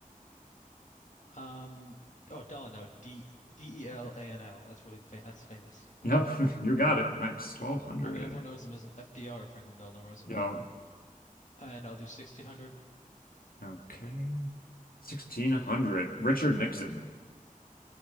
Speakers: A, on the left (about 60°); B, on the left (about 85°).
A: Um, oh, Delano, D D E L A N O. That's really fa that's famous.
B: Yep,
A: Okay.
B: <laughs> you got it. Nice. 1200.
A: I mean, everyone knows him as FDR, Franklin Delano Roosevelt.
B: Yep.
A: And I'll do 1600.
B: Okay. 1600, Richard Nixon.